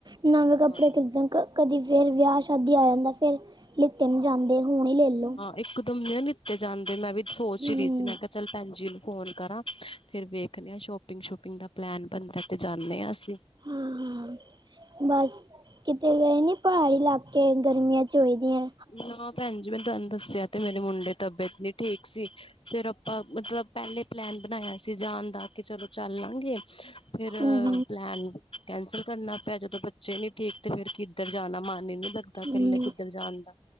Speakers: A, on the right; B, on the left.
A: ਨਵੇਂ ਕੱਪੜੇ
B: ਹਾਂ।
A: ਕਿੱਦਾਂ ਕਦੀ ਫੇਰ ਵਿਆਹ, ਸ਼ਾਦੀ ਆ ਜਾਂਦਾ ਫੇਰ ਲਿੱਤੇ ਨੀ ਜਾਂਦੇ। ਹੁਣ ਈ ਲੇ ਲਓ।
B: ਇਕ ਦਮ ਨੀ ਲਿਤੇ ਜਾਂਦੇ ਮੈਂ ਵੀ ਸੋਚ
A: ਹਮ
B: ਹੀ ਰਹੀ ਸੀ ਮੈਂ ਕਿਹਾ, ਚੱਲ ਭੈਣ ਜੀ ਨੂੰ ਫ਼ੋਨ ਕਰਾਂ। ਫਿਰ ਵੇਖਦੇ ਹਾਂ ਸ਼ੋਪਿੰਗ- ਸ਼ੂਪਿੰਗ ਦਾ ਪਲੈਨ ਬਣਦਾ ਤੇ ਜਾਂਨੇ ਆ ਅਸੀਂ।
A: ਹਾਂ- ਹਾਂ ਬਸ ਕਿਤੇ ਗਏ ਨੀ ਪਹਾੜੀ ਇਲਾਕੇ ਗਰਮੀਆਂ ਚ'? ਚੋਈਦੀਆਂ।
B: ਨਾ ਭੈਣ ਜੀ, ਮੈਂ ਤਾਨੂੰ ਦੱਸਿਆ ਤੇ ਮੇਰੀ ਮੁੰਡੇ ਦੀ ਤਬੀਅਤ ਨਹੀਂ ਠੀਕ ਸੀ। ਫੇਰ ਆਪਾਂ ਮਤਲਬ ਪਹਿਲੇ ਪਲੈਨ ਬਣਾਇਆ ਸੀ ਜਾਣ ਦਾ ਕੇ ਚਲੋ ਚੱਲ ਲਾਂਗੇ। ਫੇਰ,
A: ਹਮ
B: ਪਲੈਨ ਕੈਂਸਲ ਕਰਨਾ ਪਿਆ। ਜਦੋਂ ਬੱਚੇ ਨੀ ਠੀਕ ਤੇ ਫੇਰ ਕਿੱਧਰ ਜਾਣਾ ਮਨ ਹੀ ਨੀ ਲੱਗਦਾ
A: ਹਮ
B: ਕੱਲੇ ਕਿੱਧਰ ਜਾਣ ਦਾ।